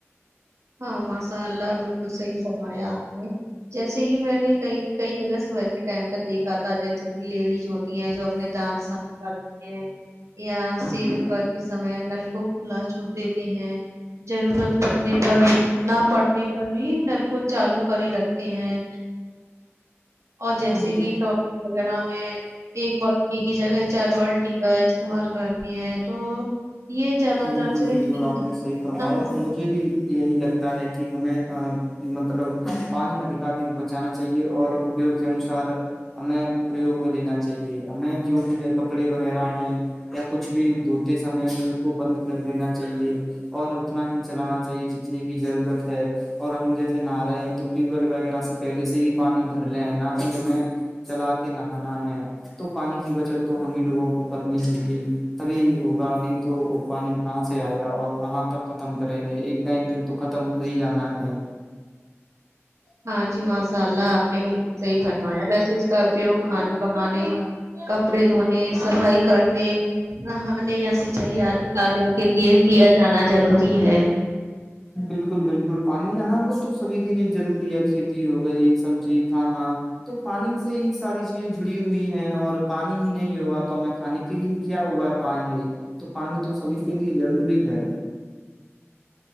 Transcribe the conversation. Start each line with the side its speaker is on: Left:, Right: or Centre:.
Right: ہاں ماشاء اللہ بالکل صحی فرمایا آپ نے جیسے کہ میں نے کئی کئی جگہ سبح کے ٹائم پہ دیکھا تھا جیسے کہ لیڈیز ہوتی تی ہیں جو اپنے دانت صاف کرتی ہیں یا سیو کرتے سمے نل کو کھلا چھوڑ دیتے ہیں ضرورت پڑنے پر نہ پڑنے پر بھی نل کو چالو کرے رکھتے ہیں اور جیسے
Centre: ہاں بال
Right: کہ ٹوائلٹ وغیرہ میں ایک بالٹی کی جگہ چار بالٹی کا استعمال کرتی ہیں تو یہ زیادہ
Centre: بالکل
Right: تر سے
Centre: بالکل
Right: ٹھیک
Centre: آپ
Right: ہے
Centre: نے
Right: جتنا
Centre: صحیح فرمایا
Right: ہو سکے
Centre: مجھے بھی یہی لگتا ہے کہ ہمیں مطلب پانی ادھکادھک بچانا چاہیے اور اپیگ کے انسار ہمیں پریوگ میں لینا چاہیے ہمیں جو بھی ہے کپڑے وغیرہ ہے یا کچھ بھی دھوتے سمے مطل کو بند کر دینا چاہیے اور اتنا ہی چلانا چاہیے جتنے کی ضرورت ہے اور ہم جیسے نہا رہے ہیں تو ٹیوب ویل وغیرہ سے پہلے سے ہی پانی بھر لے نہ ہی ہمیں چلا کے نہانا ہے تو پانی کی بچت تو ہمیں لوگوں کو کرنی ہوگی تبھی ہوگا نہیں تو وہ پانی کہاں سے آئے گا اور کہاں تک ختم کریں گے ایک د ایک دن تو ختم ہو ہی جانا ہے
Right: ہاں جی ماساء اللہ آپ نے بالکل صحیح فرمایا ویسے اس کا اپیوگ کھانا پکانے کپڑے دھونے صفائی کرنے ہ ان یا سچائییاد کاروں کے لیے کیا جانا ضروری جی ہے
Centre: بالکل بالکل پانی یہاں تو سبھی کے لیے ضروری ہے کھیتی ہو گئی سبزی کھانا تو پانی سے ہی ساری چیزیں جڑی ہوئی ہیں اور پانی ہی نہیں ہوگا تو ہمیں کھانے کے لیے کیا اگا پائیں گے تو پانی تو سبھی کے لیے ضروری ہے